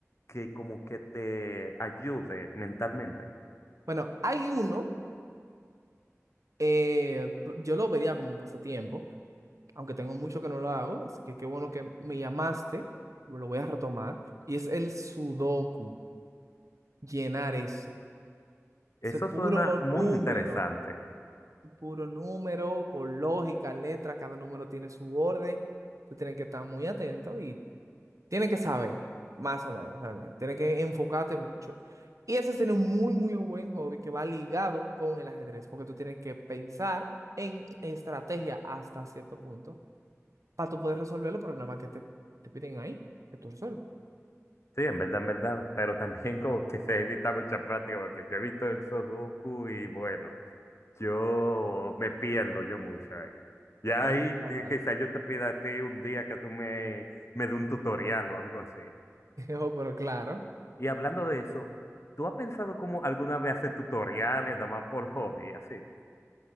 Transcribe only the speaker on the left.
que como que te ayude mentalmente?
Eso
suena muy
interesante.
Sí, en verdad, en verdad, pero también como que se necesita mucha práctica, porque yo he visto el Sudoku y bueno. Yo me pierdo yo mucho ahí. Ya
ahí
que- quizá yo te pida a ti un día que tú me, me dé un tutorial o algo así.
Y hablando de eso, ¿tú has pensado como alguna vez hacer tutoriales nada más por hobby, así?